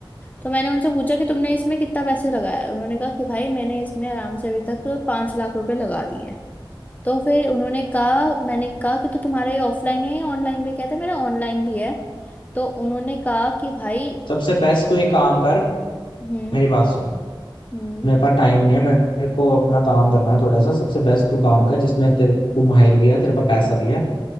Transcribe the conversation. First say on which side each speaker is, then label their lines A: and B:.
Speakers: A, on the left (about 20°); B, on the left (about 75°).
A: तो मैंने उनसे पूछा कि तुमने इसमें कितना पैसे लगाया है? उन्होंने कहा कि भाई मैंने इसमें आराम से अभी तक पांच लाख रुपए लगा दिए हैं तो फिर उन्होंने कहा मैंने कहा कि तो तुम्हारा ये ऑफलाइन है या ऑनलाइन भी कहते मेरा ऑनलाइन भी है तो उन्होंने कहा कि भाई
B: सबसे बेस्ट तू एक काम कर
A: हम्म
B: मेरी बात सुन
A: हम्म
B: मेरे पास टाइम नहीं है मेरे को अपना काम करना है थोड़ा सा सबसे बेस्ट तू काम कर जिसमें तेरे को माहिर भी है तेरे पास पैसा भी है